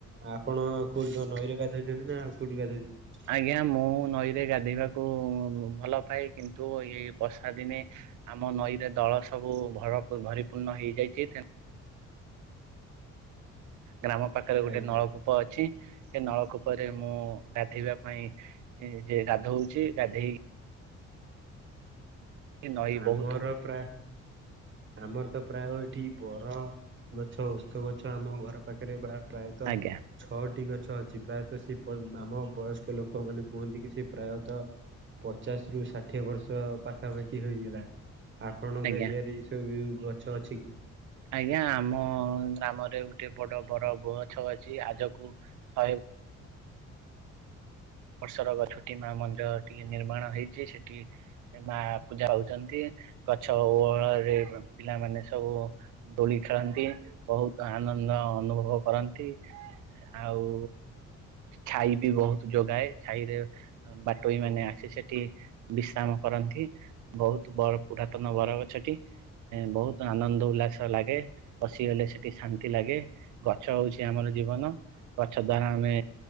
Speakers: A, on the right; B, on the right.
A: ଆପଣ କୋଉଠି କଁ ନଈରେ ଗାଧଉଛନ୍ତି ନା ଆଉ କଉଠି ଗାଧଉଛନ୍ତି।
B: ଆଜ୍ଞା ମୁଁ ନଈରେ ଗାଧୋଇବାକୁ ଭଲ ପାଏ କିନ୍ତୁ ଏଇ ବର୍ଷା ଦିନେ। ଆମ ନଈ ରେ ଦଳ ସବୁ ଭର ଭରିପୂର୍ଣ୍ଣ ହେଇଯାଇଛି ତେଣୁ ଗ୍ରାମ ପାଖରେ ଗୋଟେ
A: ଆଜ୍ଞା।
B: ନଳକୂପ ଅଛି ସେ ନଳକୂପରେ ମୁଁ ଗାଧୋଇବା ପାଇଁ। ଯେ ଗାଧୋଉଛି ଗାଧେଇ ନଈ
A: ଆମର
B: ବହୁତ
A: ପ୍ରା ଆମର ତ ପ୍ରାୟ ଏଠି ବର ଗଛ ଉଷ୍ତ ଗଛ ଆମ ଘର ପାଖରେ ଭା ପ୍ରାୟତଃ।
B: ଆଜ୍ଞା
A: ଛଅଟି ଗଛ ଅଛି ପ୍ରାୟତଃ ସେ ପମ୍ ଆମ ବୟସ୍କ ଲୋକମାନେ କୁହନ୍ତି କି ସେ ପ୍ରାୟତଃ। ପଚାଶ ରୁ ଷାଠିଏ ବର୍ଷ ପାଖା ପାଖି। କି ହେଇଗଲାଣି ଆପଣଙ୍କ
B: ଆଜ୍ଞା
A: ଏରିଆରେ ଏଇ ସବୁ ଗଛ ଅଛି କି?
B: ଆଜ୍ଞା ଆମ ଗ୍ରାମରେ ଗୋଟିଏ ବଡ ବର ଗଛ ଅଛି ଆଜକୁ। ଶହେ ବର୍ଷର ଗଛ ଟି ମା ମନ୍ଦିର ଟିଏ ନିର୍ମାଣ ହେଇଛି ସେଠି। ମା ପୂଜା ହଉଛନ୍ତି ଗଛ ଓହଳରେ ପିଲାମାନେ ସବୁ। ଦୋଳି ଖେଳନ୍ତି ବହୁତ ଆନନ୍ଦ ଅନୁଭବ କରନ୍ତି। ଆଉ ଛାଇ ବି ବହୁତ ଯୋଗାଏ ଛାଇରେ। ବାଟୋଇ ମାନେ ଆସି ସେଠି ବିଶ୍ରାମ କରନ୍ତି। ବହୁତ ବଡ ପୁରାତନ ବରଗଛଟି ଏଁ ବହୁତ ଆନନ୍ଦ ଉଲ୍ଲାସ ଲାଗେ। ବସିଗଲେ ସେଠି ଶାନ୍ ନ୍ତି ଲାଗେ ଗଛ ହଉଛି ଆମର ଜୀବନ ଗଛ ଦ୍ଵାରା ଆମେ